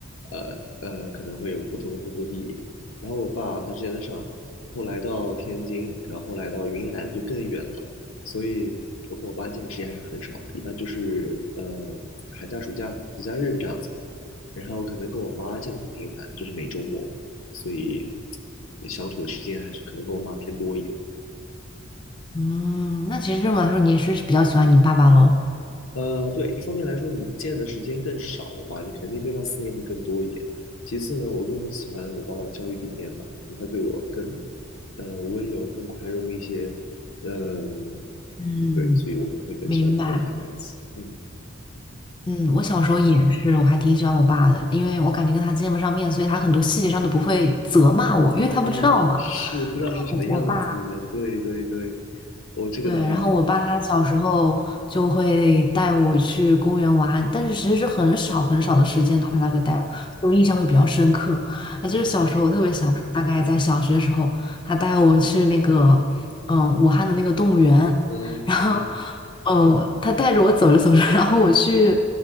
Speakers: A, on the left; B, on the left.
A: 呃呃，可能会有不同的工作地点。然后我爸他之前在上海，后来到天津，然后来到云南就更远了，所以我跟我爸见的时间还是很少的，一般就是呃寒假、暑假、节假日这样子。然后可能跟我妈见的更频繁，就是每周末。所以相处的时间还是可能跟我妈偏多一点。
B: 嗯，那其实这么来说，你也是比较喜欢你爸爸喽？
A: 呃，对，一方面来说，你见的时间更少嘛，你肯定对他思念会更多一点。其次呢，我更喜欢我爸爸的教育理念吧，可能他对我更呃温柔、更宽容一些。嗯，
B: 嗯，
A: 对，所以我可能会更喜欢跟我爸在一起。
B: 明白。
A: 嗯，
B: 嗯，我小时候也是，我还挺喜欢我爸的，因为我感觉跟他见不上面，所以他很多细节上都不会责骂我，因为他不知道嘛。
A: 啊，是不知道是什么样子的，
B: 我我爸。
A: 对对对，我这个能理解。
B: 对，然后我爸他小时候就会带我去公园玩，但是其实是很少很少的时间，他才会带我，所以我印象会比较深刻。
A: 啊，
B: 啊，
A: 嗯
B: 就是小时候，我特别小时候，大概在小学的时候，他带我去那个，嗯，武汉的那个动物园，
A: 嗯
B: 然后，嗯，他带着我走着走着，然后我去，